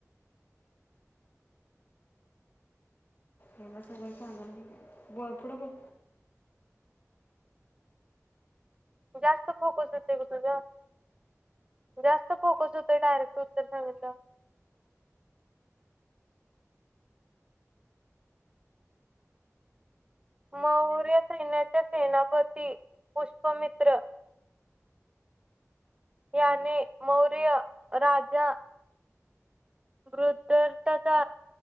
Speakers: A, on the left; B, on the right.
A: एवढं सगळं सांगणार पुढं बोल
B: जास्त फोकस होतोय ग तुझा जास्त फोकस होतोय डायरेक्ट उत्तर सांगितल्या वर मौर्य सैन्याचे सेनापती पुष्पमित्र याने मौर्य राजा वृधताचा